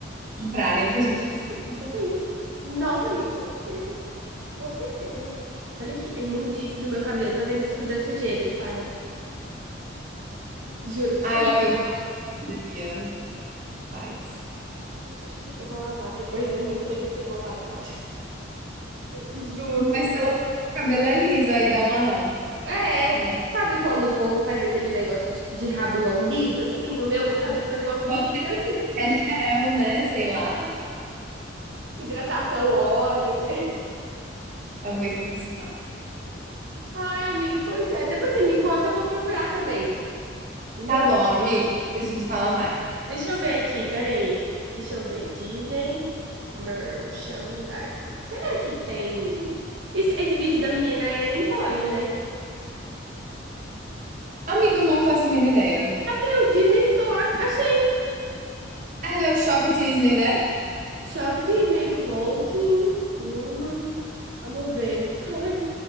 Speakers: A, on the right; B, on the right.
A: comprarem o que a gente quiser, com certeza.
B: sim. Nossa, amiga, com certeza. Com certeza. Nossa, olha aqui, a imundice do meu cabelo, tá vendo? Isso tudo é sujeira, ele parece. Juro, eu vou,
A: Ah,
B: ter-
A: ela veio uma academia, faz.
B: <laughs> eu vou lavar. Depois da minha entrevista, eu vou lavar. <laughs> Juro.
A: Mas pelo menos o cabelo é liso, aí dá uma,
B: É,
A: né?
B: sabe quando o povo faz aquele negócio de, de rabo lambido, assim? O meu cabelo oleoso
A: Pode
B: fica
A: ser que
B: assim.
A: É gel, né? Sei lá.
B: Hidratação, óleo, né?
A: É uma extensão.
B: Ai, amiga, pois é. Depois você me conta, eu vou procurar também. Eu
A: Tá
B: vou pro-
A: bom, amiga. A gente fala mais.
B: Deixa eu ver aqui, peraí. Deixa eu ver. Disney Merchandise. Será que tem. Esse, esse vídeo da menina é na Empório, né?
A: Amiga, eu não faço a mínima ideia.
B: Abriu Disney Store. Achei.
A: É é o Shop Disney, né?
B: Shop Disney Clothing Woman. Vamos ver. Ai.